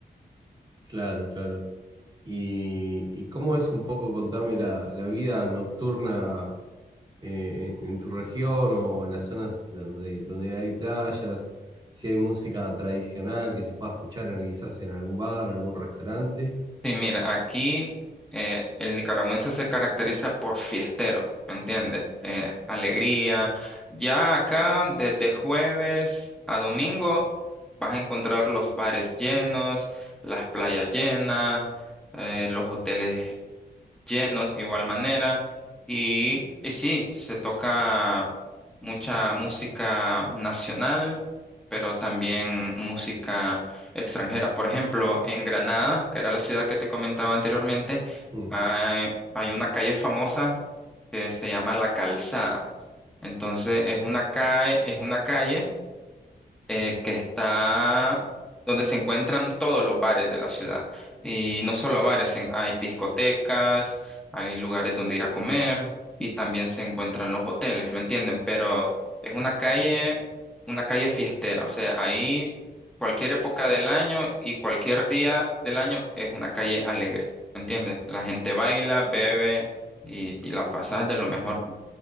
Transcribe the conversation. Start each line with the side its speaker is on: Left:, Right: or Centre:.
Right: Claro, claro. ¿Y, y cómo es un poco, contame, la, la vida nocturna eh, en, en tu región o en las zonas donde, donde hay playas? Si hay música tradicional que se pueda escuchar en, quizás en algún bar, algún restaurante.
Centre: Sí, mira, aquí eh, el nicaragüense se caracteriza por fiestero, ¿me entiendes? Eh, alegría. Ya acá, desde jueves a domingo, vas a encontrar los bares llenos, las playas llenas, eh, los hoteles llenos, igual manera. Y, y sí, se toca mucha música nacional, pero también música extranjera. Por ejemplo, en Granada, que era la ciudad que te comentaba anteriormente,
Right: Mm,
Centre: hay, hay una calle famosa que se llama La Calzada. Entonces, es una calle, es una calle eh, que está donde se encuentran todos los bares de la ciudad. Y no solo bares, en- hay discotecas, hay lugares donde ir a comer y también se encuentran los hoteles, ¿me entienden? Pero es una calle, una calle fiestera, o sea, ahí cualquier época del año y cualquier día del año es una calle alegre, ¿me entiendes? La gente baila, bebe y, y la pasa de lo mejor.